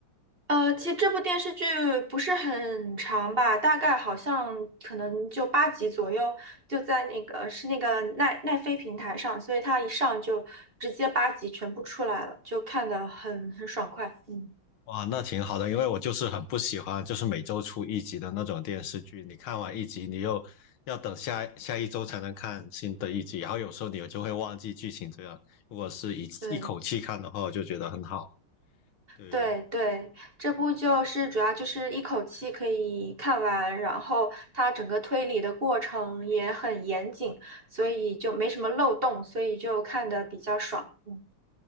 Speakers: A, on the right; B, on the left.
A: 呃，其实这部电视剧不是很长吧，大概好像可能就八集左右，就在那个是那个奈奈飞平台上，所以它一上就直接八集全部出来了，就看得很很爽快。嗯，
B: 哇，那挺好的，因为我就是很不喜欢，就是每周出一集的那种电视剧。你看完一集，你又要等下下一周才能看新的一集，然后有时候你就会忘记剧情。这样，如果是一一口气看的话，
A: 对
B: 我就觉得很好。对，
A: 对对，这部就是主要就是一口气可以看完，然后它整个推理的过程也很严谨，所以就没什么漏洞，所以就看得比较爽。嗯